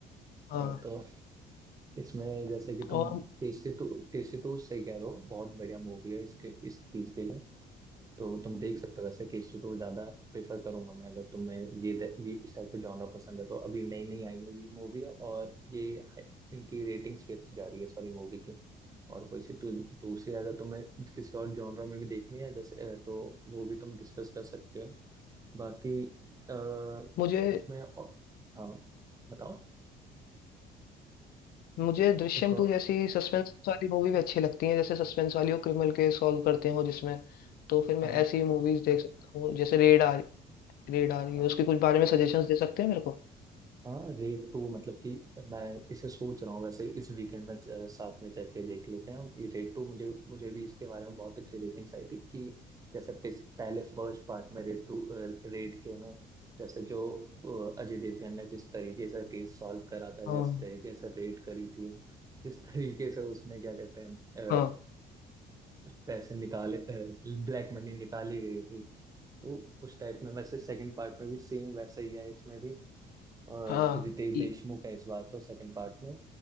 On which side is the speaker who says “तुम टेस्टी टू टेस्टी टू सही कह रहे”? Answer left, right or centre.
Right